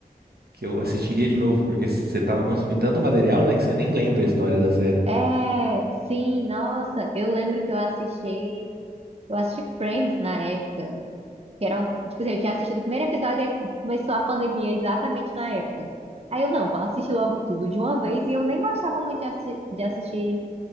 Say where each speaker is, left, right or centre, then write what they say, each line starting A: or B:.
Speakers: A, on the right; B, on the right.
A: que eu assistiria de novo, porque você tava consumindo tanto material, né, que você nem lembra a história da série.
B: É, sim, nossa, eu lembro que eu assisti, eu assisti Friends na época, que era um, tipo assim, eu tinha assistido o primeiro episódio e começou a pandemia exatamente na época. Aí eu, não, vou assistir logo tudo de uma vez e eu nem gostava muito de, assi de assistir,